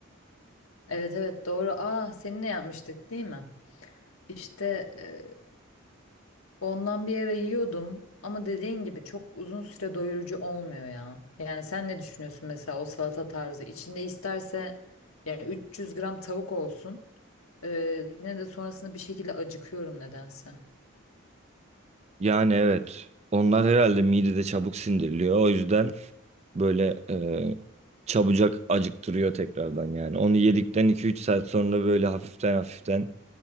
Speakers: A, on the left; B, on the right.
A: Evet evet doğru. Aa seninle yapmıştık değil mi? İşte e, Ondan bir ara yiyordum ama dediğin gibi çok uzun süre doyurucu olmuyor ya. Yani sen ne düşünüyorsun mesela o salata tarzı? İçinde isterse yani 300 gram tavuk olsun. Ee, yine de sonrasında bir şekilde acıkıyorum nedense.
B: Yani evet. Onlar herhalde midede çabuk sindiriliyor. O yüzden böyle eee, çabucak acıktırıyor tekrardan yani. Onu yedikten iki üç saat sonra böyle hafiften hafiften